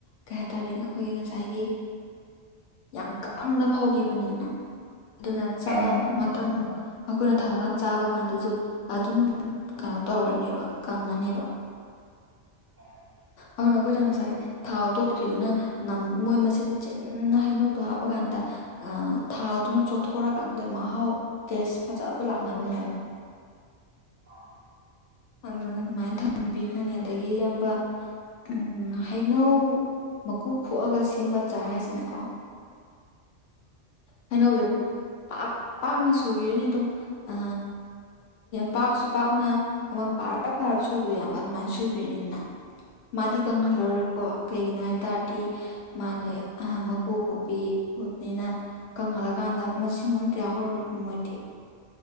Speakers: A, on the left; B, on the right.
A: ꯀꯩ ꯍꯥꯏꯇꯥꯔꯦ ꯑꯩꯈꯣꯏꯒꯤ ꯉꯁꯥꯏ ꯉꯁꯥꯏꯒꯤ ꯌꯥꯝ ꯀꯪꯅ ꯐꯧꯈꯤꯕꯅꯤꯗꯅ ꯑꯗꯨꯅ ꯆꯥꯕ
B: ꯑꯥ
A: <unintelligible> ꯑꯩꯈꯣꯏꯅ ꯊꯝꯃꯀꯥꯟꯗ ꯆꯥꯕ ꯀꯥꯟꯗꯁꯨ ꯑꯗꯨꯝ ꯀꯩꯅꯣ ꯇꯧꯔꯅꯦꯕ ꯀꯪꯉꯅꯦꯕ
B: ꯍ <unintelligible>
A: ꯑ ꯅꯈꯣꯏꯗꯉꯥ ꯁꯥꯏ ꯊꯥꯎ ꯇꯣꯠꯈꯤꯗꯨꯅ ꯃꯣꯏ ꯃꯁꯦꯟ ꯆꯤꯟꯅ ꯍꯩꯅꯧꯗꯣ ꯍꯥꯞꯄ ꯀꯥꯟꯗ ꯊꯥꯗꯨꯅ ꯆꯣꯠꯊꯣꯔꯀꯥꯟꯗ ꯃꯍꯥꯎ ꯇꯦꯁ ꯐꯖꯕ ꯂꯥꯛꯅꯕꯅꯦꯕ
B: ꯑꯥ
A: ꯑꯗꯨꯅ ꯑꯗꯨꯃꯥꯏꯅ ꯊꯝꯕꯤꯈ꯭ꯔꯅꯤ ꯑꯗꯒꯤ ꯏꯌꯥꯝꯕ ꯎꯝ ꯍꯩꯅꯧ ꯃꯀꯨ ꯈꯣꯛꯑꯒ ꯁꯦꯝꯕ ꯆꯥꯔ ꯍꯥꯏꯁꯤꯅꯀꯣ ꯀꯩꯅꯣꯁꯦ ꯄꯥꯛ ꯄꯥꯛꯅ ꯁꯣꯏꯕꯤꯔꯅꯤ ꯑꯗꯨꯝ ꯑ ꯄꯥꯛꯁꯨ ꯄꯥꯛꯅ ꯑꯃ ꯄꯥꯔ ꯄꯥꯔꯕ ꯁꯣꯏꯕꯗꯣ ꯌꯥꯝꯕ ꯑꯗꯨꯃꯥꯏꯅ ꯁꯣꯏꯕꯤꯔꯅꯤꯗꯅ ꯃꯥꯗꯤ ꯀꯪꯍꯜꯂꯔꯣꯏꯀꯣ ꯀꯩꯒꯤꯅꯣ ꯍꯥꯏ ꯇꯔꯗꯤ ꯃꯥꯅꯦ ꯃꯀꯨ ꯈꯣꯄꯤ ꯈꯕꯅꯤꯅ ꯀꯪꯍꯜꯂꯀꯥꯟꯗ ꯃꯁꯤꯡ ꯑꯝꯇ ꯌꯥꯎꯍꯧꯔꯕ ꯃꯣꯏꯗꯤ